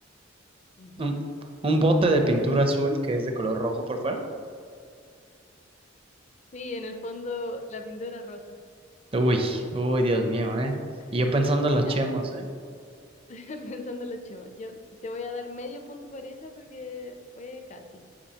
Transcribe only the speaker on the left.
ujú.
Sí, en el fondo la pintura roja.
<laughs>
Ya,
<laughs> pensando en los chemos. Yo te voy a dar medio punto por esa porque fue casi.